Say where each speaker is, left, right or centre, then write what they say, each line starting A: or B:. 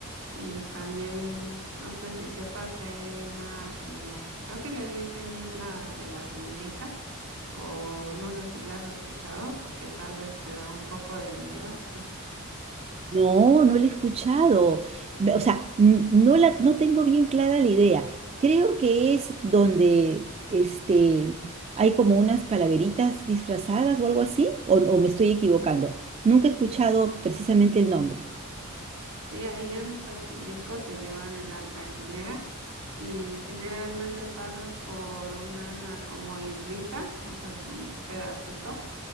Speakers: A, on the right; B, on the right.
A: Y también, no sé si sepas que ahí hay una como, creo que le dicen Isla de las Muñecas, o no sé si la has escuchado, porque tal vez te da un poco de miedo.
B: No, no la he escuchado. Me- O sea, n- no la, no tengo bien clara la idea. Creo que es donde este, hay como unas calaveritas disfrazadas o algo así, o, o me estoy equivocando. Nunca he escuchado precisamente el nombre.
A: Sí, ahí en Xochimilco te llevan en la trajinera y generalmente pasas por una como islita, o sea, es un pedacito